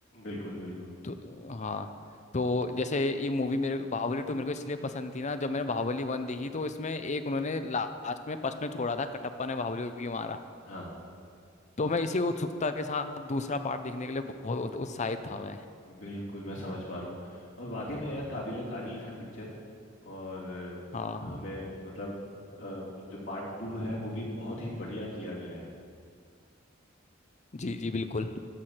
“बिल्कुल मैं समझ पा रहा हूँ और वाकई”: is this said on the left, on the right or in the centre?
Left